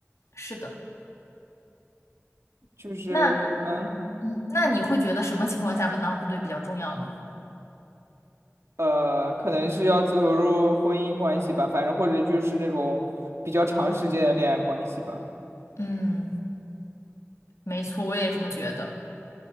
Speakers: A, on the left (about 85°); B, on the right (about 70°).
A: 是的。
B: 就是可嗯
A: 那嗯，那你会觉得什么情况下门当户对比较重要呢？
B: 呃，可能是要走入婚姻关系吧，反正或者就是那种比较长时间的恋爱关系吧。
A: 嗯，没错，我也这么觉得。